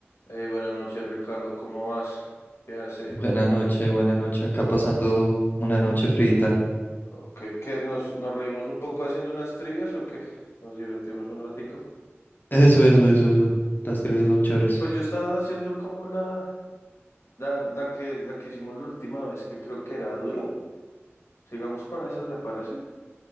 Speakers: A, on the left; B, on the left.
A: Eh, buenas noches, Ricardo, ¿cómo vas? ¿Qué hace?
B: Buenas noches, buenas noches. Acá pasando una noche frita.
A: ¿O ¿Qué, qué nos, nos reímos un poco haciendo unas trivias o qué? ¿Nos divertimos un ratico?
B: Eso, eso, eso, eso. Las trivias son chéveres.
A: Pues yo estaba haciendo como la, la, la que, la que hicimos la última vez, que creo que era duro. Sigamos con esas, ¿te parece?